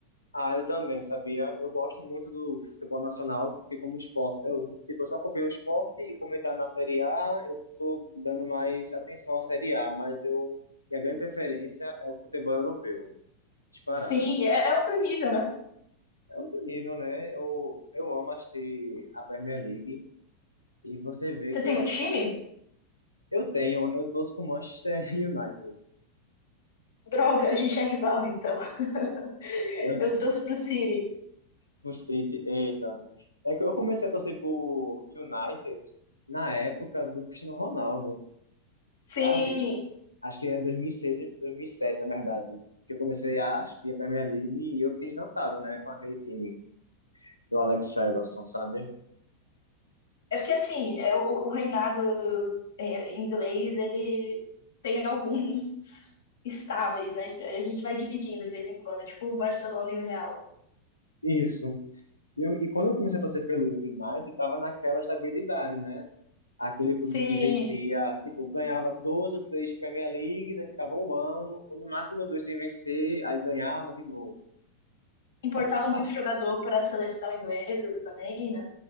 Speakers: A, on the left; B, on the left.
A: Ah, eu também, sabia? Eu gosto muito do futebol nacional, porque como esporte, eu, tipo, eu só acompanho o esporte e como ele tá na Série A, eu tô dando mais atenção à Série A, mas eu, minha grande preferência é o futebol europeu, disparado.
B: Sim, é, é outro nível, né?
A: É outro nível, né? Eu, eu amo assistir a Premier League e você vê
B: Você
A: que
B: tem
A: eu,
B: um time?
A: eu tenho, eu torço pro Manchester <laughs> United,
B: Droga, a gente é rival, então. <laughs>
A: eu,
B: Eu torço pro City.
A: pro City, eita. É que eu comecei a torcer pro United na época do Cristiano Ronaldo. sabe?
B: Sim,
A: Acho que era 2006, 2007, na verdade, que eu comecei a assistir a Premier League e eu fiquei encantado, né, com aquele time do Alex Ferguson, sabe?
B: é porque assim, é, o, o reinado é, inglês, ele tem alguns estáveis, né? A gente vai dividindo de vez em quando, é tipo o Barcelona e o Real.
A: Isso. E, eu- e quando eu comecei a torcer pelo United, tava naquela estabilidade, né? Aquele clube
B: Sim,
A: que vencia, tipo, ganhava dois ou três Premier Leagues, aí ficava um ano, ou no máximo dois sem vencer, aí ganhava de novo.
B: importava
A: Ah,
B: muito jogador para a seleção inglesa também, né?